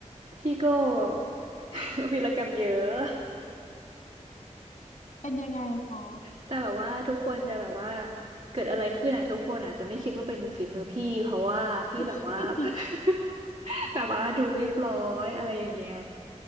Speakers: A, on the right; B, on the left.
A: พี่โก้ <laughs> วีรกรรมเยอะ
B: เป็นยังไงคะ
A: แต่แบบว่าทุกคนจะแบบว่าเกิดอะไรขึ้นอ่ะทุกคนอาจจะไม่คิดว่าเป็นฝีมือพี่เพราะว่าพี่แบบว่า
B: <laughs>
A: <laughs> แบบว่าดูเรียบร้อยอะไรอย่างเงี้ย